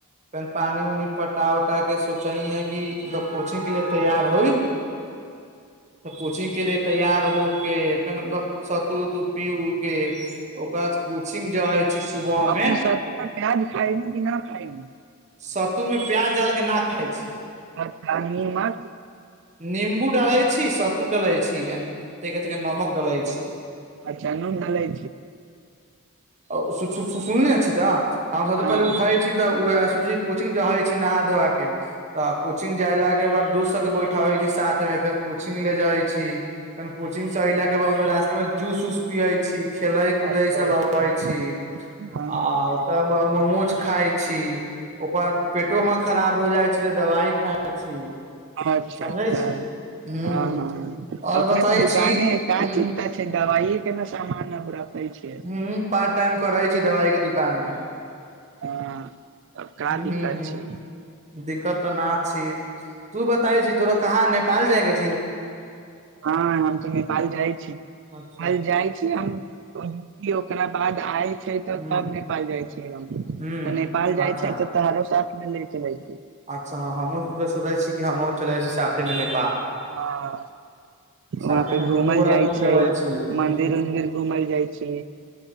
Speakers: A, on the right; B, on the right.
A: पेर पानि उनि पटा उटा के सोचही हैं की मतलब कोचिंग के लिए तैयार होइ त कोचिंग के लि तैयार हो के फेर मतलब सतू उतू पी उ के ओकर बाद कोचिंग जे हय छी सुबह
B: अपने
A: में
B: सतू मे प्याज खायनी कि न खायनी
A: सत्तू मे प्याज डाल कऽ ना खाइ छी
B: अच्छा नीमक
A: निम्बू डालै छी सतू डालइ छी अ नमक डालय छी
B: अच्छा नून डालै छी
A: सु सु सु सु सुनने छी तऽ हमसभ
B: हँ
A: त पहिले उठै छी तऽ सूजि कोचिंग जाइ छी नहा धोआ के तऽ कोचिंग जयला के बाद दोस्त सब के बैठाबे छी साथ मे फेर कोचिंग ले जाय छी फेन कोचिंग से एयला के बाद रास्ता में जूस उस पियइ छी खेले कुदै
B: अच्छा
A: सब
B: अच्छा
A: अबबै छी
B: हँ
A: आ ओकरा बाद मोमोज खाइ छी ओकर बाद पेटो मे खराब हो जाइ छै तऽ दबाइ खाइ छी
B: अच्छा
A: समझै
B: अच्छा
A: छी हूं
B: हँ हँ
A: और
B: अपने
A: बताय
B: तऽ दुकाने
A: छी
B: अइ का
A: ह
B: चिन्ता छै दवाइ के ना सामान अब रखै छै
A: ह पार्ट टाइम करै छी दवाइ के दुकान मे
B: हँ तब का दिक्कत
A: ह
B: छै
A: दिक्कत त न छी तू बताई छी तोरा कहाँ नेपाल जाय क
B: हँ हम तऽ नेपाल जाइ छी
A: अच्छा
B: कल जाइ छी हम कहलूं की ओकरा बाद आय छै तऽ
A: ह
B: तब नेपाल जाइ छी हम तऽ
A: ह
B: नेपाल जाइ
A: अच्छा
B: छै तऽ तोरो साथ मे ले चलै छि
A: अच्छा ह हमहुँ सोचै छी कि हमहुँ चले छी साथे मे नेपाल
B: हँ वहाँ
A: साथे
B: पे
A: मे दुनू
B: घूमल
A: गोरा
B: जाइ
A: घूम
B: छै
A: लेबै छी ह
B: मन्दिर उन्दिर घूमल जाइ छै